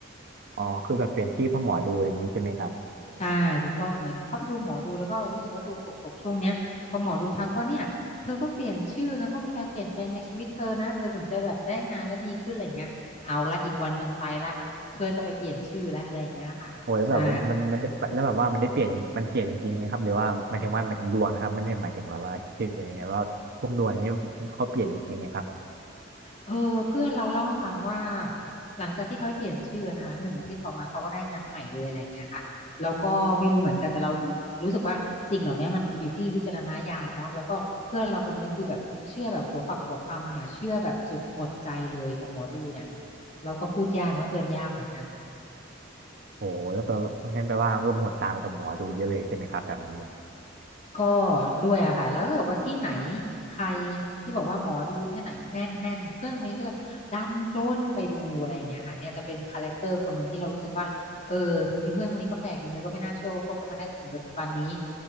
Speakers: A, on the right; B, on the left.
A: อ๋อคือแบบเปลี่ยนที่เพ่อหมอดูอะไรอย่างนี้ใช่ไหมครับ
B: ใช่ถูกต้องเหมือนเขาไปดูหมอดูแล้วก็รู้สึกว่าดวงตกตกช่วงเนี้ยพอหมอดูทักว่าเนี่ยเธอต้องเปลี่ยนชื่อนะต้องมีการเปลี่ยนแปลงในชีวิตเธอนะเธอถึงจะแบบได้งานและดีขึ้นอะไรเงี้ยเอาละอีกวันหนึ่งไปละเพื่อนจะไปเปลี่ยนชื่อและอะไรอย่างเงี้ยค่ะใช่
A: โอ้ยแบบมันมันมันแล้วแบบว่ามันได้เปลี่ยนมันเปลี่ยนจริงไหมครับหรือว่าหมายถึงว่าหมายถึงดวงนะครับไม่ได้หมายถึงแบบว่าชื่ออะไรเงี้ยว่าพวกดวงนี้เขาเปลี่ยนจริงไหมครับ
B: เออเพื่อนเราเล่าให้ฟังว่าหลังจากที่เขาไปเปลี่ยนชื่อนะคะหนึ่งอาทิตย์ต่อมาเขาก็ได้งานใหม่เลยอะไรเงี้ยค่ะแล้วก็ไม่รู้เหมือนกันแต่เรารู้สึกว่าสิ่งเหล่านี้มันอยู่ที่วิจารณญาณเนาะแล้วก็เพื่อนเราคนนี้คือแบบเชื่อแบบหัวปักหัวปำอะค่ะเชื่อแบบสุดหมดใจเลยกับหมอดูเนี่ยเราก็พูดยากเนาะเตือนยากเหมือนกัน
A: โอ้แล้วแปลว่างั้นแปลว่าก็หมดตามไปกับหมอดูเยอะเลยใช่ไหมครับแบบนี้
B: ก็ด้วยอะค่ะแล้วก็แบบว่าที่ไหนใครที่บอกว่าหมอดูที่ไหนแม่นแม่นเพื่อนคนนี้จะดันด้นไปดูอะไรอย่างเงี้ยค่ะเนี่ยจะเป็นคาแรคเตอร์คนหนึ่งที่เรารู้สึกว่าเออไอ้เพื่อนคนนี้ก็แปลกดีเนอะก็ไม่น่าเชื่อว่าคบกันมาได้จนถึงปัจจุบันนี้